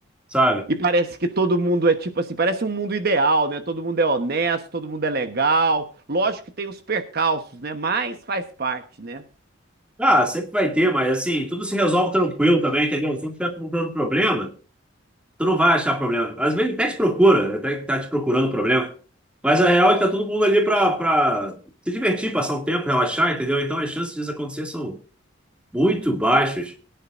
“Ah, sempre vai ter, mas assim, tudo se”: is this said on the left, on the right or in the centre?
Centre